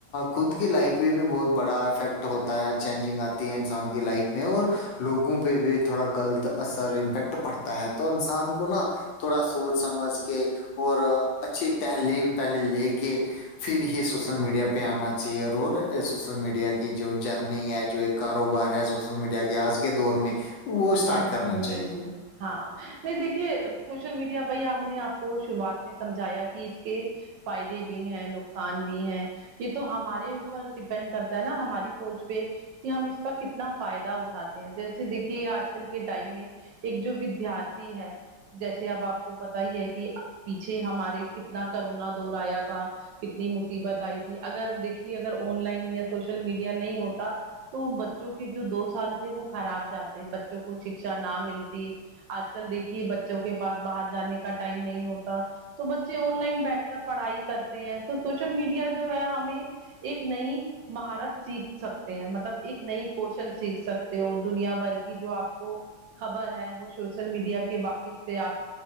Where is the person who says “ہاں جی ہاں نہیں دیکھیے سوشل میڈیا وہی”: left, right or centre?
Right